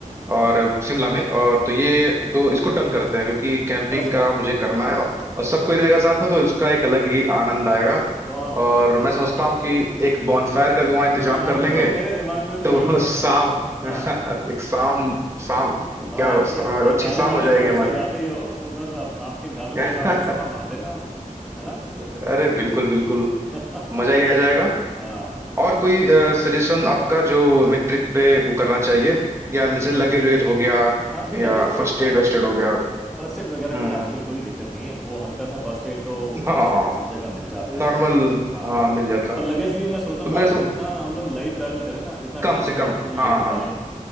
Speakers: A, on the right; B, in the centre.
A: और शिमला में और तो ये तो इसको डन करते हैं क्योंकि कैंपिंग
B: फर्स्ट क्लास
A: का मुझे करना है और, और सब कोई रहेगा साथ में तो उसका एक अलग ही आनंद आएगा
B: बहुत बढ़िया
A: और मैं समझता हूँ कि एक बॉनफायर का भी वहाँ इंतजाम
B: हाँ
A: कर लेंगे
B: <laughs> मेरे दिमाग में भी
A: तो
B: यही चल
A: शाम
B: रहा था हाँ
A: <laughs> एक शाम
B: हाँ
A: शाम
B: और
A: क्या
B: क्या और
A: अच्छी
B: गाने
A: शाम
B: वाने
A: हो जाएगी
B: तो अच्छे
A: हमारी
B: गाते ही हो तो बस आप, आपके गानों
A: <laughs>
B: के साथ में समा बांध देना उस है ना
A: अरे बिल्कुल बिल्कुल
B: <laughs>
A: मजा ही आ जाएगा
B: हाँ
A: और कोई सजेशन आपका जो हमें ट्रिप पे वो करना चाहिए या जैसे लगेज वगैरह हो गया
B: हाँ नहीं लगेज
A: या
B: तो
A: फर्स्ट एड वर्स्ट एड हो गया
B: फर्स्ट एड वगैरह
A: हम्म
B: की आजकल कोई दिक्कत नहीं है वो हल्का सा फर्स्ट एड तो अ,
A: हाँ
B: सब सब जगह मिल जाता है
A: नॉर्मल
B: हाँ
A: हाँ मिल जाता
B: और लगेज भी मैं सोचता हूँ
A: तो मैं
B: गौरव
A: सम,
B: जितना हम लोग लाइट ट्रैवल करें ना जितना
A: कम
B: कम
A: से
B: सामान
A: कम
B: सुमन
A: हाँ
B: लेके
A: हाँ
B: चले हैं